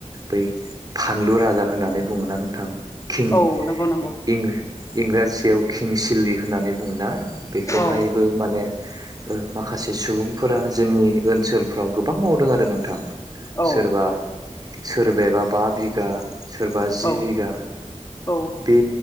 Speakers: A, on the right (about 30°); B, on the left (about 25°).
A: बै फानलु राजा होननानै बुङोना नोंथां। खिं
B: औ नंगौ नंगौ
A: इंराजियाव किं सिलि होननानै बुङो ना? बेखौहायबो
B: औ
A: माने माखासे सुबुंफोरा जोंनि ओनसोलफ्राव गोबां मावदों आरो नोंथां।
B: औ
A: सोरबा सोरबायबा बा बिगा सोरबा जि
B: औ
A: बिघा
B: औ
A: बे